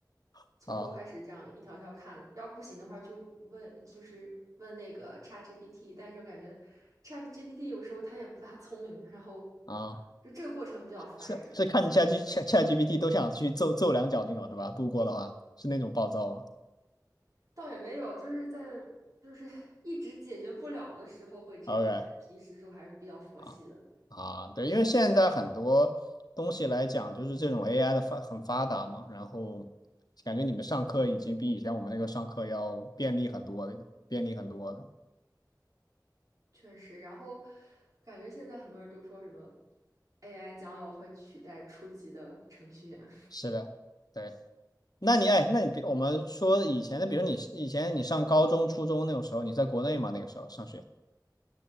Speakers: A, on the left; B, on the right.
A: <laughs>
B: 从头开始这样一条条看，
A: 啊
B: 要不行的话就问，就是问那个 ChatGPT，但是我感觉 ChatGPT 有时候它也不大聪明，然后
A: 啊？
B: 就这个过程比较烦人，
A: 是是看 ChatG Chat Chat g p t 都想去揍揍两脚那种是吧？路过的话是那种暴躁吗
B: 倒也没有，就是在就是 <laughs> 一直解决不了的时候会这样，
A: ？OK。
B: 但是平时的时候还是比较佛系的，
A: 啊。啊，对，因为现在很多东西来讲，就是这种 AI 的发很发达嘛，然后感觉你们上课已经比以前我们那个上课要便利很多，便利很多了。
B: 确实。然后感觉现在很多人都说什么 AI 将要会取代初级的程序员，
A: 是的，对。那你哎，那你比我们说以前的，比如你以前你上高中、初中那种时候，你在国内吗？那个时候上学，